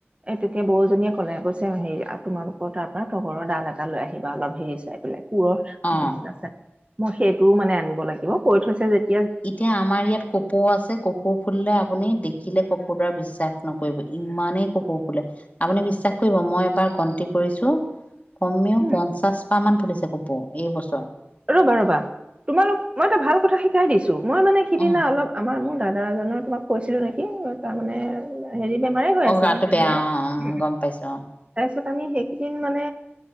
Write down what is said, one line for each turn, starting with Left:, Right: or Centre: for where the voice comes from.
Right: এ তেতিয়া বৌজনীয়ে ক'লে কৈছে হেৰি তোমালোকৰ তাৰ পৰা তগৰৰ দাল এটা লৈ আহিবা অলপ হেৰি চাই পেলাই। পুৰৰ,
Left: অ
Right: <unintelligible> মই সেইটোও মানে আনিব লাগিব। কৈ থৈছে যেত
Left: এতিয়া আমাৰ ইয়াত কপৌ আছে। কপৌ ফুলিলে আপুনি দেখিলে কব। পৰা বিশ্বাস নকৰিব, ইমানেই কপৌ ফুলে। আপুনি বিশ্বাস কৰিব। মই এবাৰ গন্তি কৰিছো কমেও
Right: উম,
Left: পঞ্চাছ পাহ মান ফুলিছে কপৌ এই বছৰ।
Right: ৰবা, ৰবা তোমালোক মই এটা ভাল কথা শিকাই দিছো। মই মানে সিদিনা
Left: অ
Right: অলপ আমাৰ মোৰ দাদা এজনৰ, তোমাক কৈছিলো নেকি? তাৰমানে হেৰি বেমাৰে হৈ
Left: অ
Right: আছে
Left: গাটো
Right: আৰু।
Left: বেয়া অ
Right: <unintelligible>
Left: গম পাইছো
Right: তাৰপিছত আমি সেইকেইদিন মানে